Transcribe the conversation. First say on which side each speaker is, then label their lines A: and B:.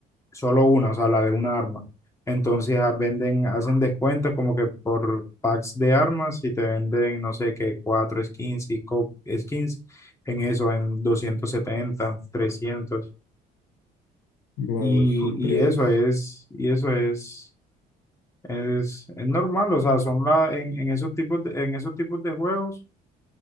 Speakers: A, on the left (about 15°); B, on the left (about 85°).
A: Solo una, o sea, la de una arma. Entonces ah, venden, hacen descuentos como que por packs de armas y te venden, no sé qué, cuatro skins, cinco skins en eso, en 270 trescientos
B: Wow,
A: Y,
B: siempre
A: y eso
B: es.
A: es, y eso es, es, es normal, o sea, son la, en, en esos tipos de, en esos tipos de juegos.